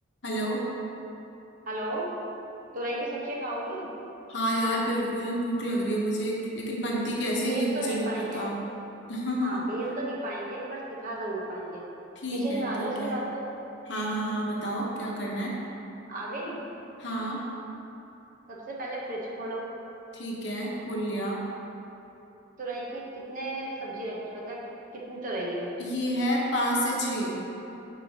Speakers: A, on the left; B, on the right.
A: Hello
B: Hello तुरई की सब्जी खाओगी
A: हाँ यार बिल्कुल भूख लग रही है मुझे लेकिन बनती कैसे
B: भेज
A: ये मुझे
B: तो नहीं
A: नहीं
B: पाएंगे
A: पता <laughs>
B: हाँ भेज तो नहीं पाएंगे पर सिखा जरूर पाएंगे
A: ठीक
B: किचन
A: है
B: में आ
A: ठीक
B: जाओ इसी
A: है
B: बात पे
A: हाँ हाँ हाँ बताओ क्या करना है
B: आ गई
A: हाँ
B: सबसे पहले फ्रिज खोलो
A: ठीक है खोल लिया
B: तुरई की कितने सब्जी रखी मतलब कि, कितनी तुरई है
A: ये है पाँच से छः